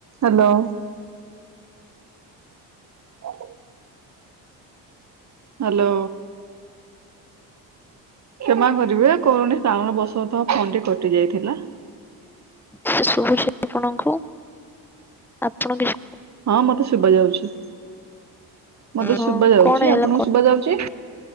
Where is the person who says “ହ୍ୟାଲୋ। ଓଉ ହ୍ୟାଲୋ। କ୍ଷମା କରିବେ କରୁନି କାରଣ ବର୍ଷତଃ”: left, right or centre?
Right